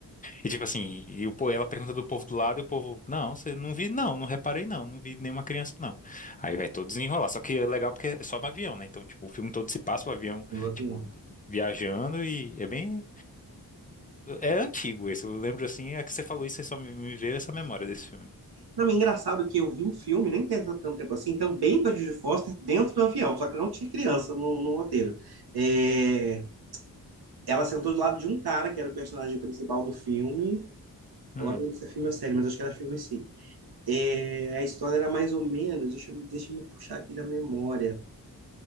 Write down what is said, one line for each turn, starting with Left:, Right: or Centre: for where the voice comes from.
Left: E tipo assim, e o, po- ela pergunta do povo do lado e o povo, não, você não vi, não, não reparei, não, não vi nenhuma criança, não. Aí vai todo desenrolar. Só que é legal porque é só no avião, né? Então, tipo, o filme todo se passa o avião,
Right: avião.
Left: tipo, viajando e é bem. É antigo esse. Eu lembro assim, é que você falou isso, aí só me, me veio essa memória desse filme.
Right: Não, é engraçado que eu vi um filme, nem tem tanto tanto tempo assim, também com a Judy Foster dentro do avião, só que não tinha criança no, no roteiro. É, ela sentou do lado de um cara, que era o personagem principal do filme.
Left: Hum.
Right: Agora não lembro se é filme ou série, mas acho que era filme sim. É, a história era mais ou menos, deixa, eu- deixa eu me puxar aqui da memória.